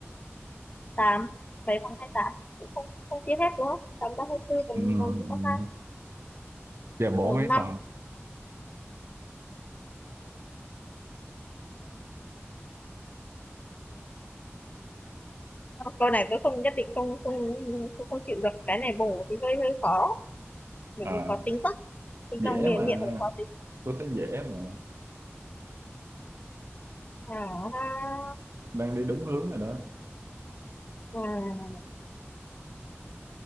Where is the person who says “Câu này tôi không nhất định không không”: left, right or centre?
Left